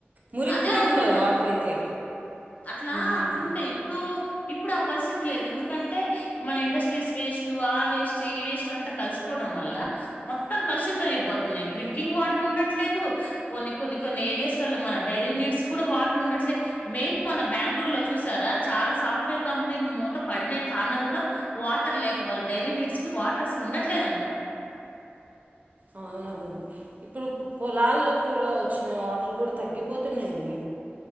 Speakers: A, on the right; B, on the left.
A: మురికి
B: అదే
A: కూడా
B: అంటున్నా
A: ఉండవు వాటర్ అయితే.
B: అట్లా
A: ఉమ్,
B: అట్లుంటాయి ఇప్పుడు ఇప్పుడు ఆ పరిస్థితి లేదు ఎందుకంటే మన ఇండస్ట్రీస్ వేస్ట్, ఆ వేస్ట్, ఈ వేస్ట్ అంతా. కలిసిపోవడం వల్ల మొత్తం కలుషితం అయిపోత్ నే డ్రింకింగ్ వాటర్ ఉండట్లేదు కొన్ని కొన్ని కొన్ని ఏరియాస్ లోల్ల మన డైలీ నీడ్స్ కూడ వాటర్ ఉండట్. ట్లే మెయిన్ మొన్న బెంగళూరు లో చూసారా చాలా సాఫ్ట్వేర్ కంపెనీలు మూత పడినాయి. కారణం కూడా వాటర్ లేక వాళ్ళ డైరీ నీడ్స్ కి వాటర్ అస్సలు ఉండట్లేదంట
A: అవునండి ఇప్పుడు పొలాల్లో కూడా వచ్చిన వాటర్ కూడా తగ్గిపోతున్నాయండి